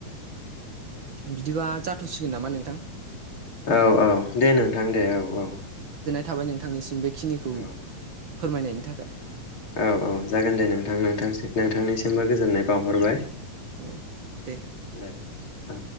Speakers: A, on the right; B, on the left.
A: बिदिबा ज थ'सिगोन नामा नोंथां
B: औ औ दे नोंथां दे औ औ
A: थाबाय नोंथांनिसिम बे बेखिनिखौ
B: औ
A: फोरमायनायनि थाखाय
B: औ औ जागोन दे नोंथां नोंथां नोंथांनिसिमबो गोजोननाय बावहरबाय
A: औ दे
B: दे औ